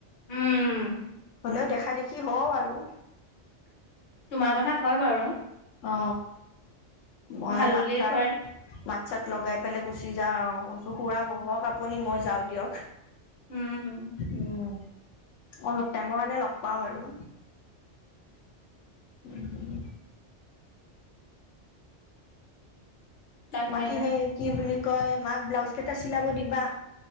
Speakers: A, on the left; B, on the left.
A: উম
B: হ'লেও দেখা দেখি হওঁ আৰু
A: তোমাৰ কথা কয় বাৰু
B: অ মই
A: ভাল
B: মাত
A: বুলিয়ে
B: খাৰ
A: কয়
B: মাত চাত লগাই পেলাই গুচি যাওঁ মই কচু বোলো খুৰা ব'হক আপুনি ম'ই যাওঁ দিয়ক।
A: উম।
B: উম, ' অলপ টাইমৰ কাৰনে লগ পাওঁ আৰু। উ।
A: তাকেহে
B: বাকী সে'ই কি বুলি কয় মাক ব্লাউজ কেইটা চিলাব দিবা।